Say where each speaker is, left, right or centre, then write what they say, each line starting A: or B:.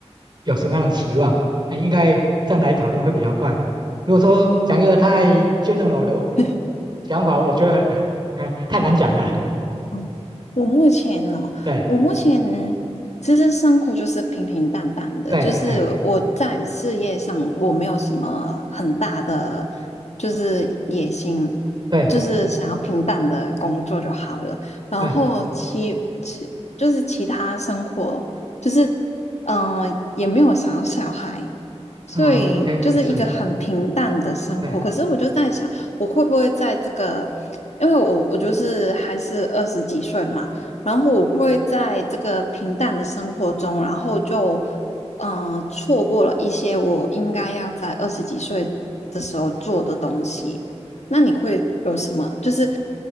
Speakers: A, on the right; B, on the left.
A: 有什么样的期望，啊，应该这样来讨论会比较快。如果说讲一个太 general 的
B: <laughs>
A: 想法，我觉得 <laughs> 哎太难讲了。
B: 嗯，我目前呢，
A: 对
B: 我目前其实生活就是平平淡淡的，
A: 对，
B: 就是我在事业上我没有什么很大的就是野心，
A: 哎对
B: 就是想要平淡的工作就好了。然后其其就是其他生活，
A: 对，
B: 就是嗯、呃也没有想要小孩，所以就是一个很平淡的生活。
A: 嗯，OK，还是。对
B: 可是我就在想，我会不会在这个，因为我我就是还是二十几岁嘛，然后我会在这个平淡的生活中，然后就嗯、呃错过了一些我应该要在二十几岁的时候做的东西。那你会有什么？就是